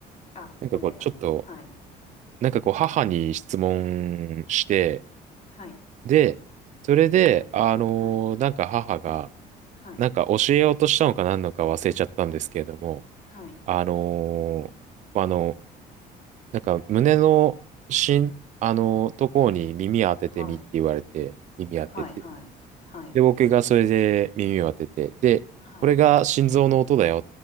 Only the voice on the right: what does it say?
なんかこう、
ちょっと、
なんかこう、母に質問して、
で、それで、
あの、
なんか母が、
なんか教えようとしたのか何のか忘れちゃったんですけれども、
あの、あの、なんか胸のしん、あの、ところに耳当ててみって言われて、
耳当てて。
で、僕がそれで耳を当てて、で、
これが心臓の音だよ